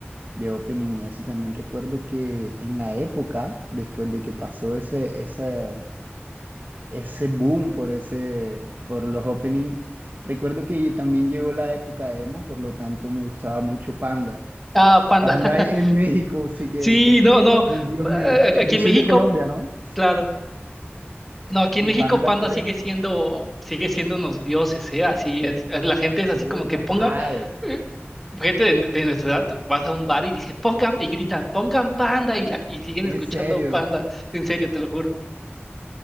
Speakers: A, on the right; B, in the centre.
A: de opening y eso, también recuerdo que en la época, después de que pasó ese, esa ese boom por ese, por los openings. Recuerdo que también llegó la época emo, por lo tanto me gustaba mucho Panda.
B: Ah, Panda.
A: Panda
B: <laughs>
A: en México, sí que,
B: Sí,
A: que,
B: no, no.
A: Dios
B: eh,
A: mío,
B: Aquí
A: y yo
B: en
A: soy
B: México,
A: de Colombia, ¿no?
B: claro. No, aquí
A: Y
B: en México
A: Panda
B: Panda
A: fue,
B: sigue siendo, sigue siendo unos dioses, ¿eh? Así es. La gente
A: sí,
B: es así como que
A: total,
B: ponga. eh, gente de, de nuestra edad, vas a un bar y dices, pongan, y gritan, pongan Panda, y, la, y siguen
A: en
B: escuchando
A: serio.
B: Panda, en serio, te lo juro.